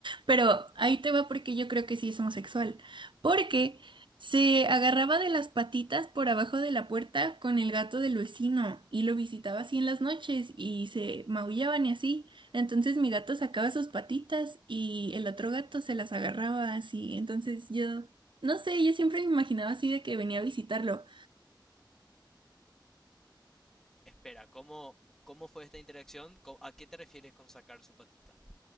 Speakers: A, on the right (about 80°); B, in the centre.
A: Pero ahí te va porque yo creo que sí es homosexual. Porque se agarraba de las patitas por abajo de la puerta con el gato del vecino y lo visitaba así en las noches y se maullaban y así. Entonces mi gato sacaba sus patitas y el otro gato se las agarraba así. Entonces yo... No sé, yo siempre me imaginaba así de que venía a visitarlo.
B: Espera, ¿cómo, cómo fue esta interacción? Co- ¿A qué te refieres con sacar su patita?